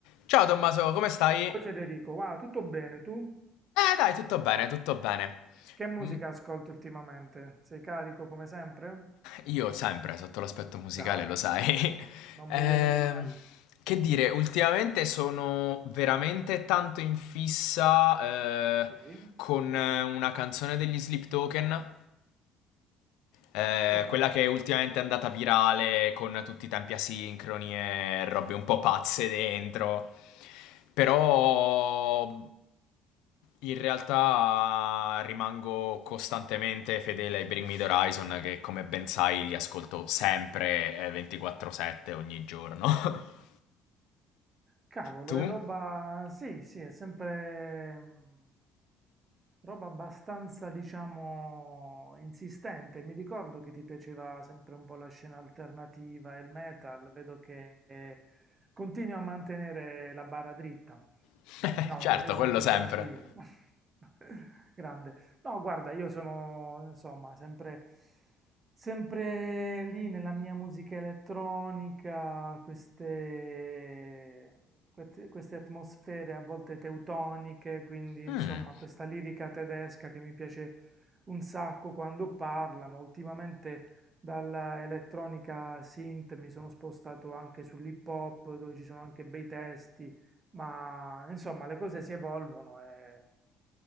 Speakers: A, on the left; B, on the right.
A: Ciao Tommaso, come stai? Eh
B: Oi Federico, va tutto bene tu?
A: dai, tutto bene, tutto bene.
B: Che musica
A: Mm,
B: ascolti ultimamente? Sei carico come sempre?
A: Io sempre, sotto l'aspetto musicale,
B: Dai,
A: lo sai. <laughs>
B: non mi
A: Ehm,
B: deludi mai.
A: che dire, ultimamente sono veramente tanto in fissa eh,
B: Sì?
A: con eh, una canzone degli Sleep Token, eh,
B: Ok.
A: quella che ultimamente è andata virale con tutti i tempi asincroni e robe un po' pazze dentro. Però In realtà rimango costantemente fedele ai Bring Me the Horizon che come ben sai li ascolto sempre eh, 24/7 ogni giorno. <laughs>
B: Cavolo,
A: tu?
B: è roba... Sì, sì, è sempre mm, roba abbastanza, diciamo, insistente. Mi ricordo che ti piaceva sempre un po' la scena alternativa e il metal. Vedo che eh, continui a mantenere la barra dritta.
A: <laughs>
B: No,
A: certo,
B: vabbè, io sono
A: quello
B: più
A: sempre.
B: tranquillo. <laughs> Grande. No, guarda, io sono insomma sempre, sempre lì nella mia musica elettronica, queste, queste queste atmosfere a volte teutoniche, quindi insomma
A: Mm,
B: questa lirica tedesca che mi piace un sacco quando parlano. Ultimamente dalla elettronica synth mi sono spostato anche sull'hip hop, dove ci sono anche bei testi, ma insomma le cose si evolvono e...